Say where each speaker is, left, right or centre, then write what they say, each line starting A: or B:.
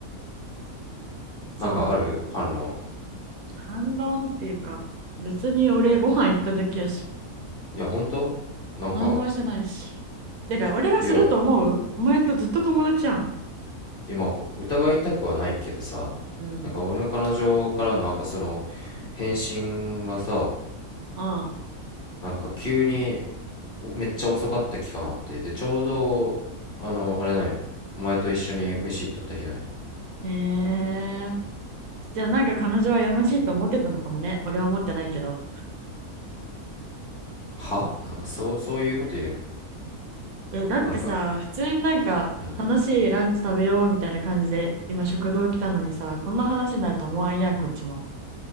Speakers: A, on the right; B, on the left.
A: そうなん。
B: なんかある反論
A: 反論っていうか、別に俺ご飯行っただけやし。
B: いや本当なんか
A: 何もしてないし。てか、俺がすると思うお前とずっと友達やん。
B: いや今ほ疑いたくはないけどさ
A: うん。
B: なんか俺の彼女からのなんかその返信がさ
A: ああ。
B: なんか急におめっちゃ遅かった期間あってでちょうどあのあれなんよお前と一緒に飯行っとった日なんよ
A: えー。じゃあなんか彼女はやましいと思ってたのかもね。俺は思ってないけど。
B: はなんかそうそういうこと言うの
A: え、だってさ、
B: なんか
A: 普通になんか楽しいランチ食べようみたいな感じで、
B: うん
A: 今食堂来たのにさ、こんな話になると思わんやん、こっちも。